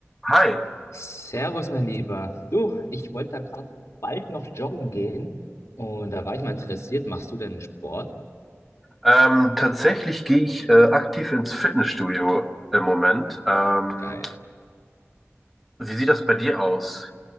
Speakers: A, in the centre; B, on the left (about 80°).
A: Hi,
B: Servus, mein Lieber. Du, ich wollte da gerade bald noch joggen gehen und da war ich mal interessiert. Machst du denn Sport?
A: ähm, tatsächlich gehe ich äh, aktiv ins Fitnessstudio im Moment. Ähm,
B: Geil.
A: wie sieht das bei dir aus?